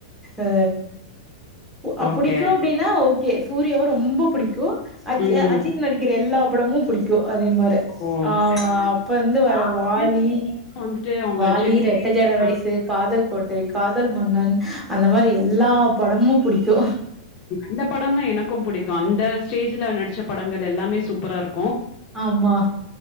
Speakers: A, in the centre; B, on the left.
A: அ அ
B: ஓகே.
A: புடிக்கு அப்டின்னா சூர்யாவ ரொம்ப பிடிக்கு அஜ்
B: ம்.
A: அஜித் நடிக்குற எல்லா படமும் பிடிக்கு அதே மாரி
B: ஓ!
A: ஆ
B: சரி, சரி.
A: அப்ப வந்து வர
B: நான்
A: வாலி
B: வந்துட்டு அவங்க
A: வாலி
B: சென்னை
A: ரெட்ட ஜட வயசு
B: ஆ,
A: காதல் கோட்டை காதல் மன்னன் அந்த மாரி எல்லா படமு சோ
B: இந்த படம்னா எனக்கு புடிக்கு அந்த ஸ்டேஜ்ல நடிச்ச படங்கள் எல்லாமே சூப்பரா இருக்கு
A: ஆமா